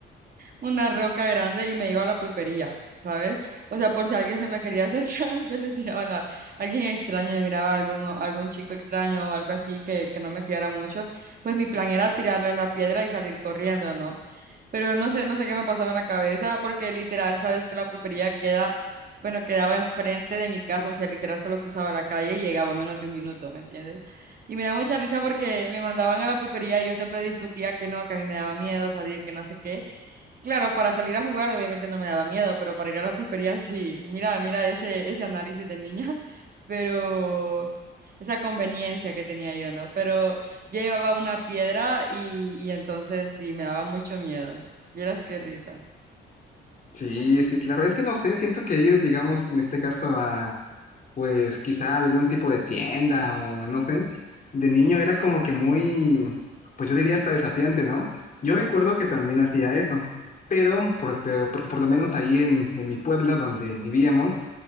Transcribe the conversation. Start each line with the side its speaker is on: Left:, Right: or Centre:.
Right: una roca grande y me iba a la pulpería, ¿sabes? O sea, por si alguien se me quería acercar, <laughs> yo le tiraba la, alguien extraño, yo miraba algún, algún chico extraño o algo así que, que no me fiara mucho, pues mi plan era tirarle la piedra y salir corriendo, ¿no? Pero no sé, no sé qué me pasaba en la cabeza, porque literal, sabes que la pulpería queda, bueno, quedaba enfrente de mi casa, o sea, literal solo cruzaba la calle y llegaba en menos de un minuto, ¿me entiendes? Y me da mucha risa porque me mandaban a la pulpería y yo siempre discutía que no, que a mí me daba miedo salir, que no sé qué. Claro, para salir a jugar obviamente no me daba miedo, pero para ir a la pulpería sí, mira, mira ese, ese análisis de niña, <laughs> pero esa conveniencia que tenía yo, ¿no? Pero yo llevaba una piedra y, y entonces sí, me daba mucho miedo. Vieras qué risa.
Left: Sí, sí, claro. Es que no sé, siento que ir, digamos, en este caso a pues quizá algún tipo de tienda o no sé. De niño era como que muy, pues yo diría hasta desafiante, ¿no? Yo recuerdo que también hacía eso, pero por- pero- porque por lo menos ahí en, en mi pueblo donde vivíamos,